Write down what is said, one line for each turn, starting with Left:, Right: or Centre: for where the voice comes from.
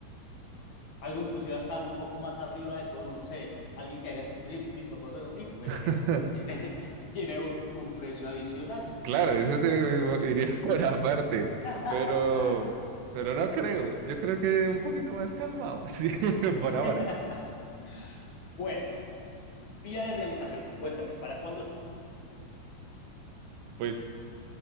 Left: algo inclusive hasta un poco más arriba de tono, no sé, alguien que haga striptease o cosas así, pues
Right: <laughs>
Left: eso tiene, <laughs> tiene un, un precio adicional.
Right: Claro, eso te iría <laughs> por aparte,
Left: <laughs>
Right: pero,
Left: claro.
Right: pero no creo. Yo creo que un poquito más calmado, <laughs> sí, por
Left: <laughs>
Right: ahora.
Left: bueno, día de realización, cuéntame, ¿para cuándo?
Right: Pues